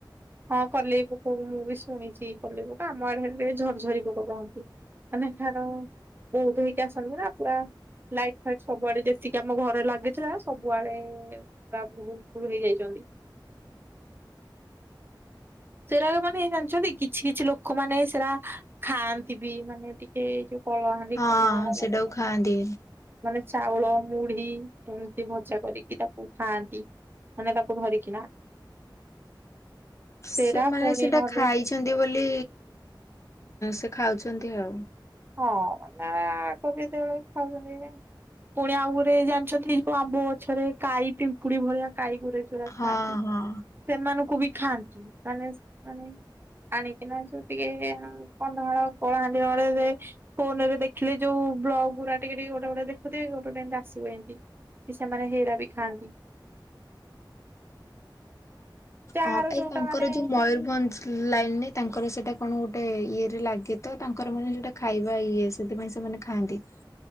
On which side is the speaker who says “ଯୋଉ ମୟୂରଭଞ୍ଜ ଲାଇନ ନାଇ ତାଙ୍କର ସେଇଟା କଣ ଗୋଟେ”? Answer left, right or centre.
Left